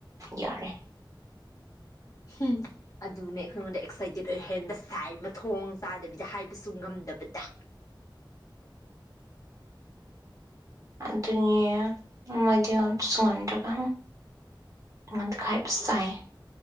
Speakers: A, on the right; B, on the left.
A: ꯌꯔꯦ
B: ꯎꯝ ꯑꯗꯨꯅꯦ ꯑꯩꯈꯣꯏꯣꯟꯗ ꯑꯦꯛꯁꯥꯏꯇꯦꯠ ꯑꯣꯏꯍꯟꯕ ꯁꯥꯏ ꯃꯊꯣꯡ ꯆꯥꯗꯕꯤꯗ ꯍꯥꯏꯕꯁꯨ ꯉꯝꯗꯕꯗ
A: ꯑꯗꯨꯅꯦ ꯃꯣꯏꯗꯤꯣꯟ ꯁꯨꯡꯍꯟꯗ꯭ꯔꯒ ꯑꯩꯉꯣꯟꯗ ꯍꯥꯏꯕ ꯆꯥꯏ